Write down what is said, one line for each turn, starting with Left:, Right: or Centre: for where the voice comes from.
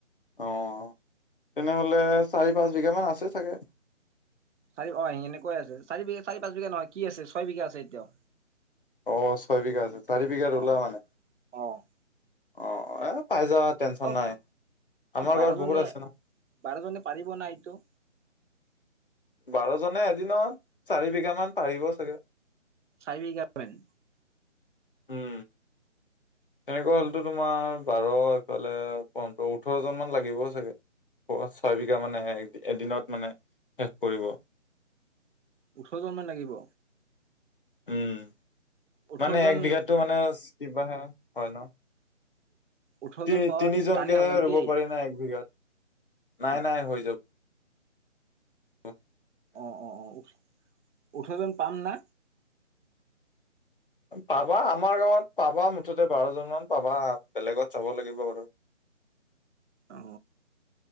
Left: অ' তেনেহ'লে চাৰি -পাঁচ বিঘা মান আছে চাগে?
Right: চাৰি অ' এনেকুৱাই আছে চাৰি -পাঁচ বিঘা নহয়, কি আছে ছয় বিঘা আছে এতিয়া!
Left: অ' ছয় বিঘা আছে চাৰি বিঘাত
Right: অ
Left: ৰুলা মানে?
Right: অ'।
Left: অ', এ, পাই যাবা, টেনশ্যন
Right: অ
Left: নাই আমাৰ
Right: বাৰজনে
Left: গাওঁত বহুত আছে ন!
Right: বাৰজনে পাৰিব ন' এইটো?
Left: বাৰজনে এদিনত চাৰি বিঘা মান পাৰিব চাগে।
Right: চাৰি বিঘামান?
Left: উম। তেনেকুৱা হ'লেতো তোমাৰ বাৰ এইফালে পোন্ধৰ ওঠৰ জন মান লাগিব চাগে। প <unintelligible> ছয়বিঘা মানে এদিনত মানে শেষ কৰিব।
Right: ওঠৰ জন মান লাগিব।
Left: উম,
Right: ওঠৰ
Left: মানে
Right: জন
Left: এক বিঘাতটো মানে কিবা হে হয় ন?
Right: ওঠৰ
Left: তি,
Right: জন পাৱাত
Left: তিনি জনকেহে
Right: টানে হ'ব নেকি
Left: ৰুব পাৰি না এক বিঘাত নাই
Right: হয়
Left: নাই হৈ যাব। অ <inaudible>
Right: অ', অ', অ', ওঠৰ জন পাম না?
Left: পাবা আমাৰ গাঁৱত পাবা মুঠতে বাৰজনমান পাবা বেলেগত যাব লাগিব।
Right: অ।